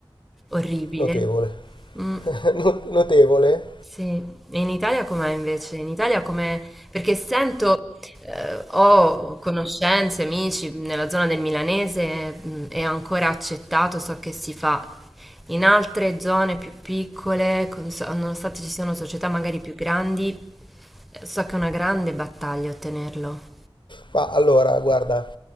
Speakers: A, in the centre; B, on the left (about 55°).
A: orribile.
B: notevole.
A: Mm.
B: <laughs> Not- Notevole.
A: Sì, e in Italia com'è invece? In Italia com'è? Perché sento, eh, ho conoscenze, amici nella zona del Milanese, mh, è ancora accettato, so che si fa. In altre zone più piccole, con- so- nonostante ci siano società magari più grandi, eh, so che è una grande battaglia ottenerlo.
B: Ma allora, guarda,